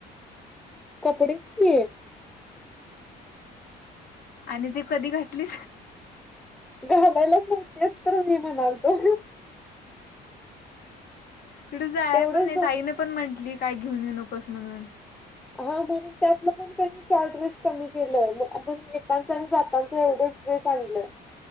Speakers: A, in the centre; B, on the left.
A: कपडेच <unintelligible>
B: आणि ते कधी घातली?
A: घालायलाच नाहीच तर मी म्हणाल तो.
B: इकडं जाय
A: तेवढंच
B: पण नाही.
A: दोन
B: आईनं पण म्हटली काय घेऊन येऊ नकोस म्हणून.
A: हो म्हणून त्यातलं पण त्यांनी चार ड्रेस कमी केलंय. मग अजून येतांचे आणि जातांचं एवढं- हो सांगितलं.